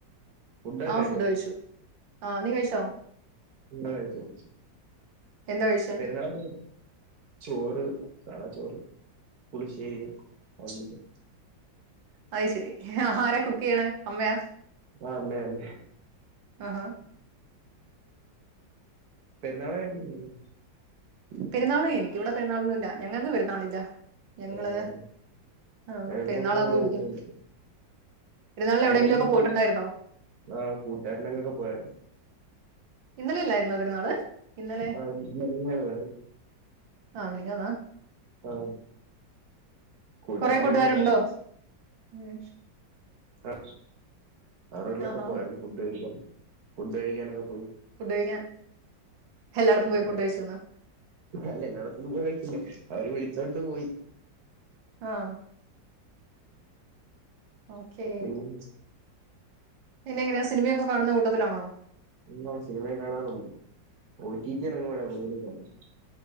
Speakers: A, on the right; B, on the right.
A: ഫുഡൊക്കെ
B: ആഹ്
A: കഴിച്ചോ
B: ഫുഡ് കഴിച്ചു ആഹ് നീ കഴിച്ചോ
A: ഫുഡ് കഴിച്ചു കഴിച്ചു
B: എന്ത കഴിച്ചേ
A: <unintelligible> ചോറ് സാദാ ചോറ് പുളിശ്ശേരി അവിയല്
B: അയ് ശരി ആരാ കുക്ക് ചെയ്യണേ അമ്മയാ
A: ആഹ് അമ്മേ അമ്മേ
B: ആഹ്
A: പെരുന്നാള <unintelligible>
B: പെരുന്നാള് എനിക്കിവിടെ പെരുന്നാളൊന്നും ഇല്ല ഞങ്ങൾക്ക് പെരുന്നാളില്ല ഞങ്ങള്
A: ആഹ്
B: അഹ്
A: ഞങ്ങക്കും
B: പെരുന്നാള അപ്പ വിളിക്കും പെരുന്നാളിന്
A: അയലത്തൊരു
B: എവിടെയങ്കിലും ഒക്കെ പോയിട്ടുണ്ടായിരുന്നോ
A: ആഹ് കൂട്ടുകാരനങ്ങൊക്കെ പോയരുന്നു
B: ഇന്നലെ അല്ലായിരുന്നോ പിരുന്നാള് ഇന്നലെ
A: ആഹ് മിനിഞ്ഞാന്ന്
B: ആഹ് മിനിഞാന്നാ
A: അഹ് കൂട്ടാരനങ്ങൊക്കെ
B: കൊറേ കൂട്ടുകാരുണ്ടോ
A: പോ
B: ഉം
A: ആഹ് അവരുടെ വീട്ടിലൊക്കെ
B: ആഹാ
A: പോയാരുന്നു ഫുഡ് കഴിക്കാൻ ഫുഡ് കഴിക്കാനൊക്കെ പോയി
B: ഫുഡ് കഴിക്കാൻ എല്ലായിടത്തും
A: ആ,
B: പോയി ഫുഡ് കഴിച്ചന്നോ
A: അല്ല എല്ലായിടത്തൊന്നും പോയി കഴിച്ചില്ല അവര് വിളിച്ചോണ്ട് പോയി
B: ആഹ് ഓക്കേ
A: <unintelligible>
B: പിന്നെങ്ങനെയ സിനമയൊക്കെ കാണുന്ന കൂട്ടത്തിലാണോ
A: ആഹ് സിനിമയും കാണാറുണ്ട് ഒ ടി പി <unintelligible> കൂടുതലും കാണല്